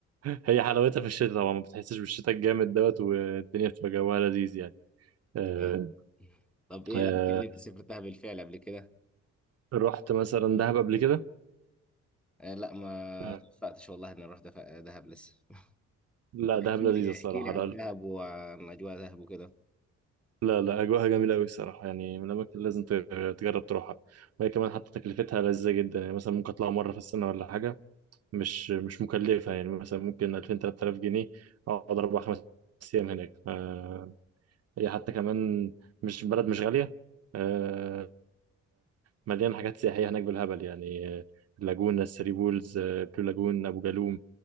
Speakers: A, on the right (about 55°); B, in the centre.
A: هي حلاوتها في الشتاء طبعا ما بتحسش بالشتاء الجامد دوت والدنيا بتبقى جوها لذيذ يعني آه
B: تمام طب ايه
A: آه
B: الاماكن اللي انت سافرتها بالفعل قبل كده
A: رحت مثلا دهب قبل كده
B: آه لا ما
A: آه
B: توفقتش والله اني اروح دف- دهب لسه
A: لا
B: طب
A: دهب
B: احكي
A: لذيذة
B: لي
A: الصراحة
B: احكي لي عن
A: لا
B: دهب وعن اجواء دهب وكده
A: لا لا أجواءها جميلة أوي الصراحة يعني من الأماكن اللي لازم ت- تجرب تروحها وهي كمان حتى تكلفتها لذيذة جدا يعني مثلا ممكن أطلع مرة في السنة ولا حاجة مش مش مكلفة يعني مثلا ممكن 2000 3000 جنيه أقعد أربع خمس أيام هناك آه، هي حتى كمان مش بلد مش غالية آه، مليان حاجات سياحية هناك بالهبل يعني آه، اللاجونة الثري بولز آه، بلو لاجون أبو جالوم